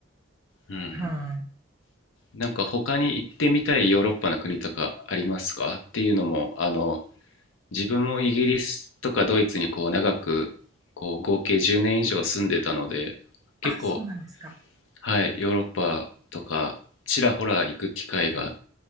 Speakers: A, on the left; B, on the right.
A: うん。
B: はい。
A: なんか他に行ってみたいヨーロッパの国とかありますかっていうのも、あの、自分もイギリスとかドイツにこう長くこう合計10年以上住んでたので結構
B: あ、そうなんですか。
A: はいヨーロッパとかちらほら行く機会が